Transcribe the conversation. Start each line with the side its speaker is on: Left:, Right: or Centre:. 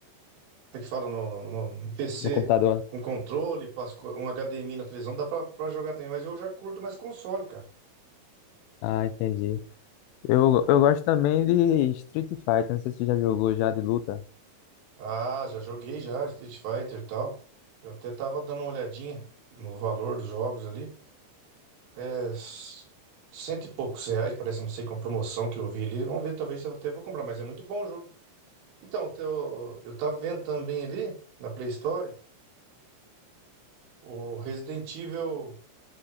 Right: como é que fala, no, no- no PC
Left: No computador?
Right: com controle, pas- um HDMI na televisão, dá pra pra jogar também. Mas eu já curto mais console, cara.
Left: Ah, entendi. Eu, eu gosto também de Street Fighter, não sei se tu já jogou já de luta.
Right: Ah, já joguei já, Street Fighter e tal. Eu até tava dando uma olhadinha no valor dos jogos ali. É s- cento e poucos reais, parece, não sei, com promoção que eu vi ali. Vamos ver, talvez eu até vou comprar, mas é muito bom o jogo. Então, eu, tenho- eu tava vendo também ali na Play Store o Resident Evil,